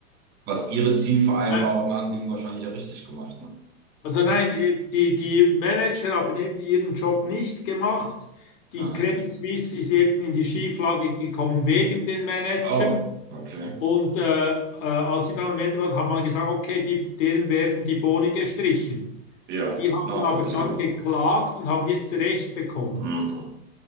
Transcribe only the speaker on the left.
Äh,
Also nein, äh, die, die Manager haben eben ihren Job nicht gemacht. Die
Credit Suisse ist eben in die Schieflage gekommen wegen den Managern.
Und äh, äh, als sie dann am Ende waren, hat man gesagt, okay, die, denen werden die Boni gestrichen.
Die haben
aber dann geklagt und haben jetzt Recht bekommen.